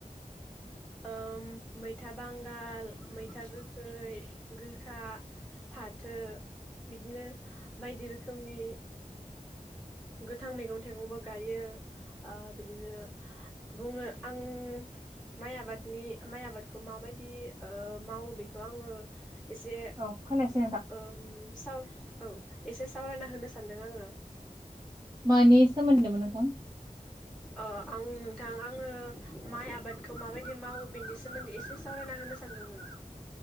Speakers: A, in the centre; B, on the right.
A: ओम मैथा बांगाल, मैथा गोखै गोखा फाथो बिदिनो बायदि रोखोमनि गोथां मैगं थाइगंबो गायो बिदिनो बुङो आं माइ आबादनि माइ आबादखौ माबायदि मावो बेखौ आङो एसे
B: औ खोनासै
A: ओम स औ एसे सावरायना होनो सानदों आङो
B: मानि सोमोन्द मोन नोंथां?
A: अ आं नोंथां आङो माइ आबादखौ माबायदि मावो बेनि सोमोन्दै एसे सावरायना होनो सानदोंमोन।